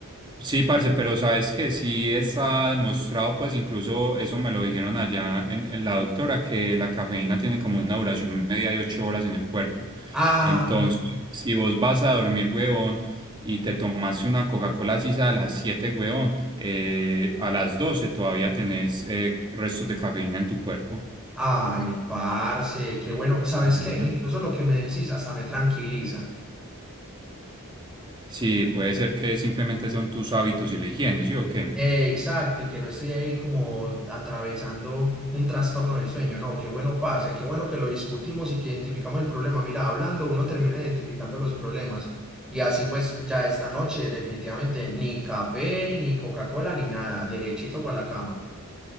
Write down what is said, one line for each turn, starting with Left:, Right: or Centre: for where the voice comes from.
Right: Sí, parce, pero sabes que sí está demostrado, pues incluso eso me lo dijeron allá en, en la doctora, que la cafeína tiene como una duración media de ocho horas en el cuerpo.
Centre: Ah.
Right: Entonces, si vos vas a dormir, huevón, y te tomaste una Coca-Cola sisa a las 7 huevón, eh, a las 12 todavía tenés eh, restos de cafeína en tu cuerpo.
Centre: Ay, parce, qué bueno. ¿Sabes
Right: Ujú.
Centre: qué? Incluso lo que me decís hasta me tranquiliza.
Right: Sí, puede ser que simplemente son tus hábitos y la higiene, ¿sí o qué?
Centre: Eh, exacto, y que no estoy ahí como atravesando un trastorno del sueño. No, qué bueno, parce, qué bueno que lo discutimos y que identificamos el problema. Mira, hablando uno termina identificando los problemas. Y así pues ya esta noche definitivamente ni café, ni Coca-Cola, ni nada. Derechito para la cama.